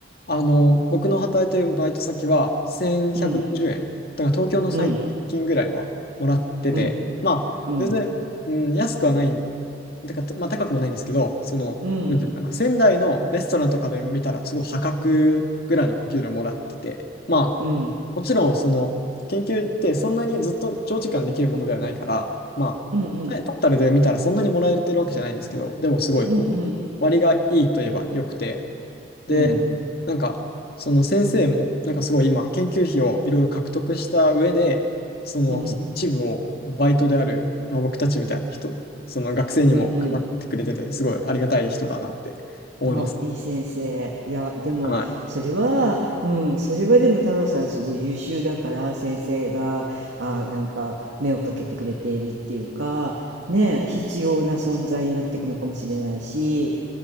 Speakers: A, on the left; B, on the right.
A: あの、僕の働いてるバイト先は1160円。
B: うん
A: だから東京の最低賃金ぐらいはもらってて、
B: うんうん
A: まあ、
B: うん
A: 全然、うん、安くはないん、だから、まあ、高くもないんですけど、その、
B: うん
A: なんていうのかな、仙台のレストランとかで見たら、すごい破格ぐらいのお給料もらってて、まあ、
B: うん
A: もちろん、その、研究ってそんなにずっと長時間できるものではないから、まあ、
B: うん
A: トータルで見たらそんなにもらえてるわけじゃないんですけど、でもすごい、
B: うんうん
A: こう、割がいいといえば良くて、で、
B: うんうん
A: なんか、その先生も、なんかすごい今、研究費をいろいろ獲得した上で、そのその一部をバイトである、
B: うん
A: まあ、僕たちみたいな人、その学生にも配ってくれてて、
B: うん
A: すごいありがたい人だなって思います。
B: あいい先生いやでもそれはうんそれはでも太郎さんすごい優秀だから先生があなんか目をかけてくれているっていうかね必要な存在になっていくのかもしれないし
A: はい